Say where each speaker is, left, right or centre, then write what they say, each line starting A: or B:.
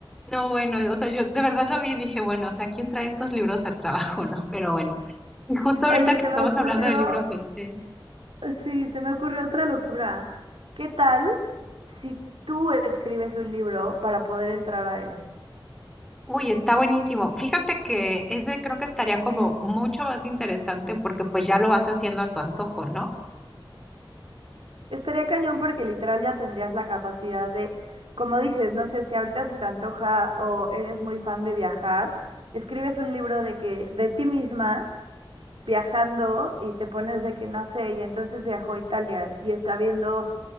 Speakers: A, in the centre; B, on the right.
A: No, bueno, o sea, yo de verdad lo vi y dije, bueno, o sea, ¿quién trae estos libros al trabajo, <laughs> no? Pero bueno. Y justo ahorita
B: Oye, y se
A: que estamos
B: me ocurrió,
A: hablando del libro, pensé,
B: sí, se me ocurrió otra locura. ¿Qué tal si tú escribes un libro para poder entrar a él?
A: Uy, está buenísimo. Fíjate que ese creo que estaría como mucho más interesante porque pues ya lo vas haciendo a tu antojo, ¿no?
B: Estaría cañón porque literal ya tendrías la capacidad de, como dices, no sé si ahorita se te antoja o eres muy fan de viajar, escribes un libro de que de ti misma viajando y te pones de que no sé, y entonces viajó a Italia y está viendo